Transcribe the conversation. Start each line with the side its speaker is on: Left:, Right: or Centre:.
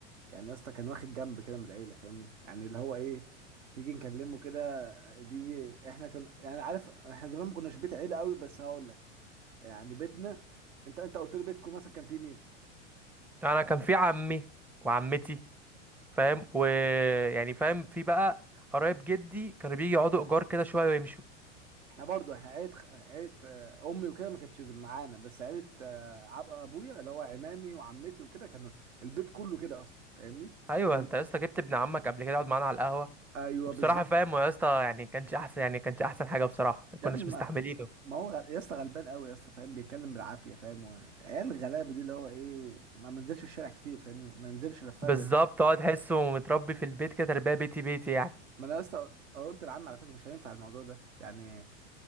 Right: يعني يا اسطى كان واخد جنب كده من العيله فاهمني يعني اللي هو ايه نيجي نكلمه كده دي احنا كنا يعني عارف احنا زمان ما كناش بيت عيله قوي بس هقول لك يعني بيتنا انت انت قلت لي بيتكم مثلا كان فيه مين
Centre: انا كان في عمي وعمتي فاهم ويعني فاهم في بقى قرايب جدي كانوا بيجي يقعدوا ايجار كده شويه ويمشوا
Right: احنا برضو احنا عيلة عيلة آه، امي وكده ما كانتش معانا بس عيلة آه، عب- ابويا اللي هو عمامي وعمتي وكده كانوا البيت كله كده اصلا فاهمني
Centre: ايوه
Right: زي
Centre: انت يا اسطى جبت ابن عمك قبل كده يقعد معانا على القهوه
Right: ايوه
Centre: وبصراحه
Right: بالظبط
Centre: فاهم هو يا اسطى يعني كانش احسن يعني كانش احسن حاجه بصراحه عشان كناش
Right: يا ابني ما
Centre: مستحملينه
Right: ما هو غل- يا اسطى غلبان قوي يا اسطى فاهم بيتكلم بالعافيه فاهم و- عيال الغلابه دي اللي هو ايه ما منزلش الشارع كتير فاهمني ما منزلش لفها
Centre: بالظبط
Right: زينا
Centre: هو تحسه متربي في البيت كده تربيه بيتي بيتي يعني
Right: ما انا يا اسطى قلت لعمي على فكره مش هينفع الموضوع ده يعني